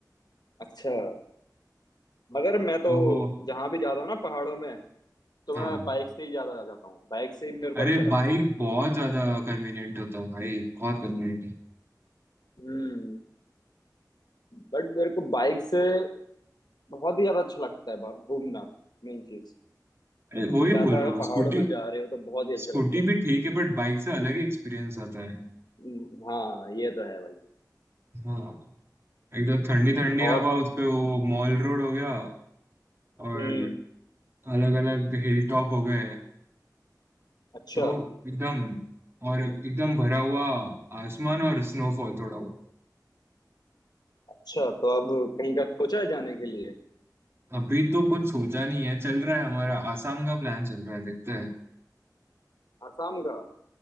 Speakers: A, on the left (about 70°); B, on the right (about 35°).
A: अच्छा मगर मैं तो
B: तो
A: जहाँ भी जाता हूँ ना पहाड़ों में तो
B: हाँ
A: मैं बाइक से ही ज्यादा जा जाता हूँ बाइक से ही मेरे को
B: अरे
A: अच्छा लगता
B: बाइक
A: है
B: बहुत ज्यादा कन्वीनियंट होता है भाई बहुत कन्वीनियंट है
A: हम्म बट मेरे को बाइक से बहुत ही ज्यादा अच्छा लगता है बा- घूमना मेन चीज
B: अरे वही
A: ज्यादा
B: बोल रहा
A: अगर
B: हूँ
A: पहाड़ों
B: स्कूटी
A: में जा रहे हो तो बहुत ही अच्छा
B: स्कूटी
A: लगता है
B: भी ठीक है बट बाइक से अलग ही एक्सपीरियंस आता है
A: हम्म, हाँ ये तो है भाई
B: हाँ एक तो ठंडी ठंडी
A: और
B: हवा उस पे वो मॉल रोड हो गया और
A: हम्म
B: अलग अलग हिल टॉप हो गए
A: अच्छा
B: तो एकदम और एकदम भरा हुआ आसमान और स्नोफॉल थोड़ा
A: अच्छा तो अब कहीं का सोचा है जाने के लिए
B: अभी तो कुछ सोचा नहीं है चल रहा है हमारा आसाम का प्लान चल रहा है देखते हैं
A: असम का